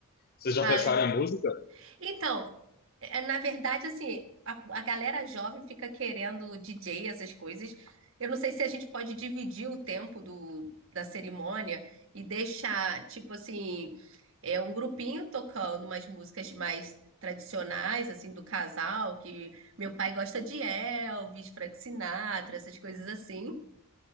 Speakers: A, on the left; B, on the right.
A: Vocês já
B: Ah,
A: pensaram
B: né?
A: em música?
B: Então, é, na verdade, assim, a, a galera jovem fica querendo DJ, essas coisas. Eu não sei se a gente pode dividir o tempo do, da cerimônia e deixar, tipo assim, é um grupinho tocando umas músicas mais tradicionais, assim, do casal, que meu pai gosta de Elvis, Frank Sinatra, essas coisas assim.